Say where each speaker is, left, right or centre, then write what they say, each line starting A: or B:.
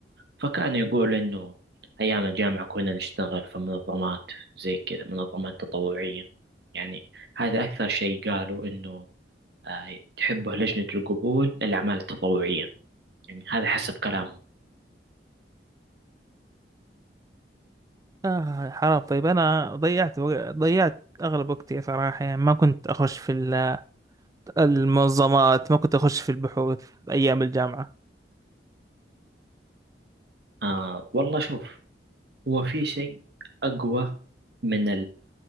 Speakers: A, on the right; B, on the right.
A: فكان يقول إنه أيام الجامعة كنا نشتغل في منظمات زي كذا منظمات تطوعية يعني هذا أكثر شيء قالوا إنه آه، تحبه لجنة القبول للأعمال التطوعية يعني هذا حسب كلامهم
B: آه حرام طيب أنا ضيعت وق- ضيعت أغلب وقتي صراحة يعني ما كنت أخش في ال- المنظمات ما كنت أخش في البحوث أيام الجامعة
A: آه والله شوف هو في شيء أقوى من